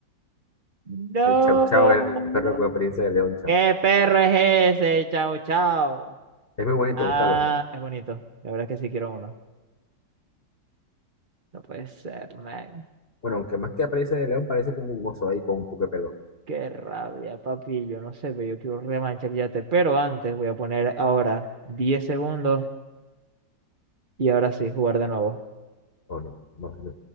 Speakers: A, on the right (about 40°); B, on the left (about 35°).
A: No.
B: El chau chau, el perro con apariencia de león, chamo.
A: ¿Qué perro es ese? Chao, chao.
B: Es muy bonito,
A: Ah,
B: buscarlo.
A: es bonito. La verdad es que sí quiero uno. No puede ser, man.
B: Bueno, aunque más que apariencia de león, parece como un oso ahí con un poco de pelo.
A: Qué rabia, papi. Yo no sé, pero yo quiero revancha, fíjate. Pero antes voy a poner ahora diez segundos y ahora sí, jugar de nuevo.
B: ¿O no? No, no.